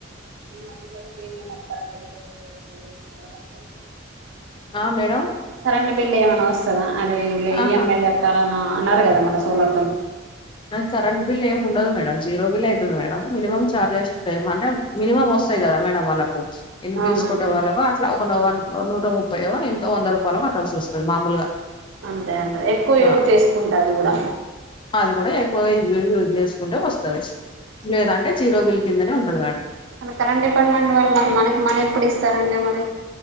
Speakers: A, on the right (about 70°); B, on the left (about 25°).
A: మా పిల్లలకి ఏమేమో కలుగునో నాకు
B: ఆ మేడం
A: కరెంట్ బిల్ ఏమన్నా వస్తదా అరే ఇగ ఇఎంఐ
B: ఆహా
A: కట్టాలని అన్నారు కదా మన తెలవటం
B: కరెంట్ బిల్ ఏమి ఉండదు మేడం జీరో బిల్ అవుతుంది మేడం మినిమం చార్జెస్ అంటే మినిమమ్ వస్తయి గదా మేడం వాళ్ళకు ప్చ్ ఎందుకు
A: అవునండి
B: బిల్స్ కొట్టే వాళ్ళకు అట్లా నూట ముప్పయో ఎంతో వంద రూపాయలు కట్టాల్సి వస్తుంది మామూలుగా
A: అంతే అంటారు ఎక్కువ
B: ఆ,
A: యూజ్ చేసుకుంటా అది కూడా
B: అది ఎక్కువ యూజ్ చేసుకుంటే వస్తది లేదంటే జీరో బిల్ కిందనే ఉంటది మేడం
A: మన కరెంట్ డిపార్ట్మెంట్ వాళ్ళు మనకి మనీ ఎప్పుడు ఇస్తారండి మరి